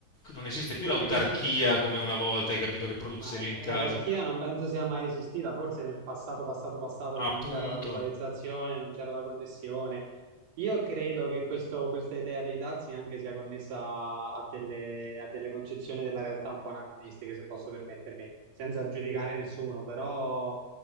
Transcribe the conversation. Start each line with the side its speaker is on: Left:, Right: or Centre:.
Left: non esiste più
Right: perché
Left: l'autarchia
Right: questi.
Left: come una volta, hai capito, che producevi
Right: Ma
Left: in
Right: eh,
Left: casa.
Right: l'autarchia non penso sia mai esistita, forse nel passato, passato, passato
Left: Appunto.
Right: che non c'era la globalizzazione, non c'era la connessione. Io credo che questo- questa idea dei dazi anche sia connessa a delle, a delle concezioni della realtà un po' anacronistiche, se posso permettermi, senza giudicare nessuno, però